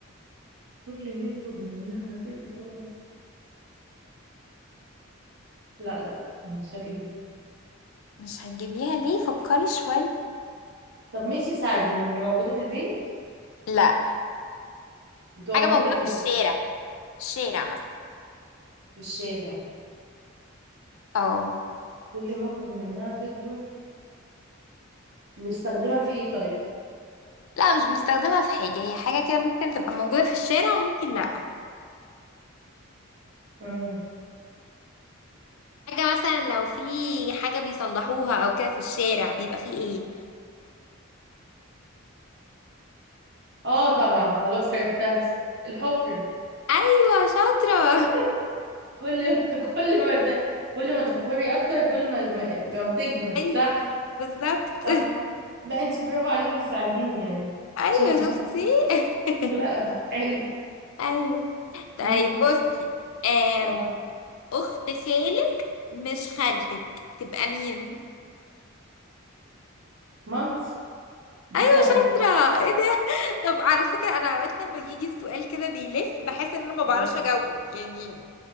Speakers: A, on the right; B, on the left.
A: كل ما ياخد منها تكبر لا لا مش هجيبها
B: مش هتجيبيها ليه فكري شويه
A: طب ماشي ساعديني هي موجودة في البيت
B: لا
A: بتبقى
B: حاجه
A: موجودة
B: موجوده
A: فين
B: في الشارع في الشارع مثلا
A: في الشارع
B: اه
A: كل ما اخد منها تكبر بيستخدمها في ايه طيب
B: لا مش بنستخدمها في حاجه هي حاجه كده ممكن تبقى موجوده في الشارع وممكن لا
A: امم
B: حاجة مثلا لو في حاجة بيصلحوها او كده في الشارع بيبقى فيه ايه
A: اه طبعا خلاص عرفتها الحفر
B: ايوه شاطرة
A: <laughs> كل كل ما ت... كل ما تحفري اكتر كل ما الم- ما بتكبر
B: <laughs> ايوه
A: صح
B: بالظبط
A: صح
B: <laughs>
A: لا انت برافو عليكي بتساعديني يعني
B: ايوه
A: شاطر
B: شفتي <laughs>
A: <laughs> لا حلو
B: ايوه طيب
A: امم
B: بصي آم،
A: اه
B: اخت خالك مش خالتك تبقى مين
A: مامتي دي
B: ايوه
A: سهله
B: شاطرة ايه ده طب على فكرة انا اوقات لما يجي السؤال كده بيلف بحس ان انا ما بعرفش
A: اه
B: اجاوبه يعني